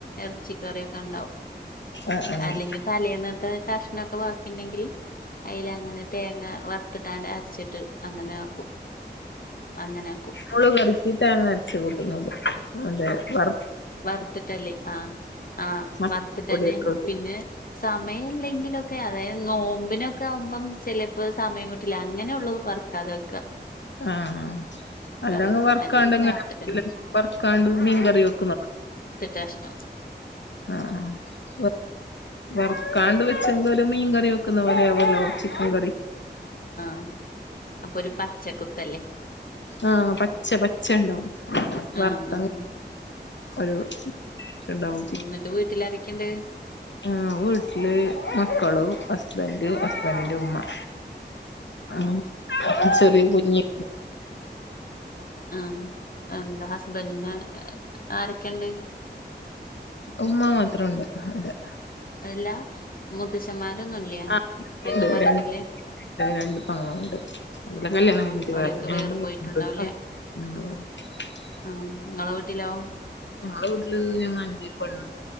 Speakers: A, on the left; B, on the left.
A: എറച്ചിക്കറിയൊക്കെ ണ്ടാവും
B: ആഹ് ആഹ്
A: അല്ലെങ്കി തലേന്നത്തെ കഷ്ണൊക്കെ വാക്കിണ്ടെങ്കില് അയിലങ്ങനെ തേങ്ങ വർ ത്ത്ട്ടാണ്ട് അരച്ച്ട്ട് അങ്ങനെ ആക്കും അങ്ങനെ ആക്കും
B: ഓള് വെർതീ തേങ്ങ അരച്ച് കൂട്ടുന്നത് അതെ വറ
A: വറുത്തിട്ടല്ലേ ആഹ് ആഹ്
B: മസാലപ്പൊടിയൊക്കെ
A: വറുത്തിട്ടന്നെ
B: ഇട്ട്
A: പിന്നെ സമയം ല്ലെങ്കിലൊക്കെ അതായത് നോമ്പിനൊക്കെ ആവുമ്പം ചെലപ്പം സമയം കിട്ടു ട്ടിലങ്ങനെ ഒള്ളൂ വർക്കാതെക്കാ വെക്കാ
B: ആഹ് അല്ലങ്കെ
A: വെക്കും
B: വർക്കാണ്ട്ങ്ങന
A: അല്ലെങ്കിൽ പിന്നെ വറുത്തിട്ടന്നെ
B: വർക്കാണ്ട് മീൻകറി വെക്കു
A: തേഷ്ട്ടം
B: ആഹ് ആഹ് വെർ വർക്കാണ്ട് വെച്ചെങ്കലും മീൻ കറി വെക്കുന്നപോലെ ആവൊല്ലോ ചിക്കകറി
A: അഹ് അപ്പൊരു പച്ചക്കുത്തല്ലേ
B: ആഹ് പച്ച പച്ച ണ്ടാവും വർത്ത
A: ആഹ് ആഹ്
B: ഒരു ണ്ടാവും
A: ന്നിട്ട് വീട്ടിലാരൊക്കെണ്ട്
B: ആഹ് വീട്ടില് മക്കളും ഹസ്ബന്റ് ഹസ്ബന്റിന്റെഉമ്മ
A: <inaudible>
B: ആഹ് ചെറിയ
A: ഉം
B: കുഞ്ഞ്
A: ആഹ് എന്താ ഹസ്ബൻറിന് ആരൊക്കെണ്ട്
B: ഉമ്മ മാത്ര ഒണ്ട് അവടെ
A: അല്ലാ മുത്തച്ഛന്മാരൊന്നുല്ലെ
B: ആഹ്
A: പെങ്ങമ്മാരൊന്നുല്ലേ
B: ഉണ്ട് രണ്ട് രണ്ട് പെങ്ങള്ണ്ട് അവരെ കല്യാണം
A: ആഹ്
B: കഴിഞ്ഞിട്ട്
A: ഓരൊക്കെ
B: വേറെ <unintelligible>
A: പോയിട്ടുണ്ടാവുംല്ലേ
B: <unintelligible>
A: ആഹ് ഇങ്ങളെ വീട്ടിലോ
B: ഞങ്ങളെ വീട്ടില് ഞങ്ങ അഞ്ച് പെണ്ണ്